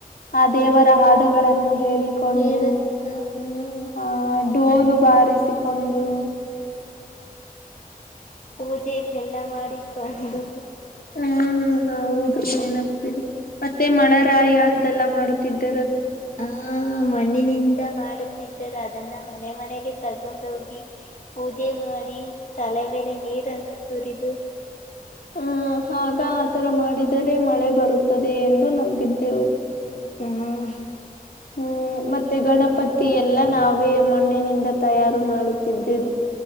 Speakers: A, on the left; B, on the left.
A: ಆ
B: ಹ್ಮ್
A: ದೇವರ ಹಾಡುಗಳನ್ನು ಹೇಳಿಕೊಂಡು
B: ಹೇಳುತ್ತ ಹ್ಮ್
A: ಆ ಡೋಲು ಬಾರಿಸಿಕೊಂಡು.
B: ಪೂಜೆಗೆ ಎಲ್ಲ ಮಾಡಿ ಕೊಂಡು.
A: ಹ್ಮ್ ಹೌದು ನೆನಪಿದೆ ಮತ್ತೆ ಮಳರಾಯ ಅಂತೆಲ್ಲಾ ಮಾಡುತ್ತಿದ್ದ
B: ಹಾ ಮಣ್ಣಿನಿಂದ ಮಾಡುತ್ತಿದ್ದರ ಅದನ್ನ ಮನೆ ಮನೆ ಏ ತಗೊಂಡೋಗಿ ಪೂಜೆ ಮಾಡಿ ತಲೆ ಮೇಲೆ ನೀರನ್ನು ಸುರಿದು-
A: ಹ್ಮ ಆಗ ಆತರ ಮಾಡಿದರೆ ಮಳೆ ಬರುತ್ತದೆ ಎಂದು ನಂಬಿದ್ದೆವು.
B: ಹ್ಮ್
A: ಹ್ಮ್ ಮತ್ತೆ ಗಣಪತಿ ಎಲ್ಲ ನಾವೇ ಮಣ್ಣಿನಿಂದ ತಯಾರು ಮಾಡುತ್ತಿದ್ದೆವು.